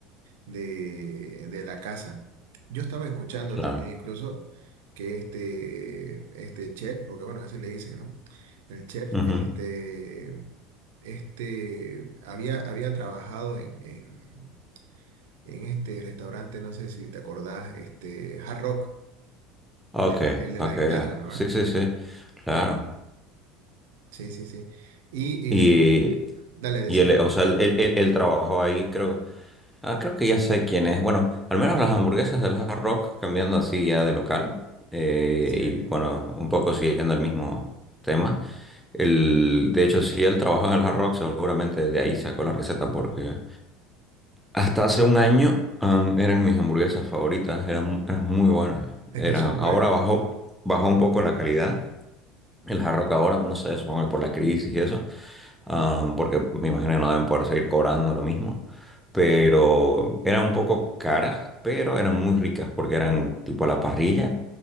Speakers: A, on the right (about 70°); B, in the centre.
A: de, de la casa. Yo estaba escuchando
B: Claro.
A: también incluso que este, este chef, porque bueno, así le dicen, ¿no? El chef,
B: Ujú.
A: este, este, había, había trabajado en, en, en este restaurante, no sé si te acordás, este, Hard Rock,
B: Ok,
A: el de la, el de
B: ok,
A: la guitarra,
B: ya.
A: ¿no?
B: Sí,
A: ¿Eh?
B: sí, sí, claro.
A: Sí, sí, sí. Y,
B: Y,
A: y, dale, decime,
B: y él, o sea, él, él- él- él trabajó ahí, creo, Ah, creo que ya sé quién es. Bueno, al menos las hamburguesas del Hard Rock, cambiando así ya de local, eh,
A: decime.
B: y bueno, un poco siguiendo el mismo tema. El, de hecho, si él trabajó en el Hard Rock, seguramente de ahí sacó la receta, porque hasta hace un año am, eran mis hamburguesas favoritas, eran, eran muy buenas.
A: Es
B: Era,
A: que son
B: ahora
A: buenos.
B: bajó, bajó un poco la calidad. El Hard Rock ahora, no sé, supongo que por la crisis y eso ah, porque me imagino que no deben poder seguir cobrando lo mismo, pero eran un poco caras, pero eran muy ricas porque eran tipo a la parrilla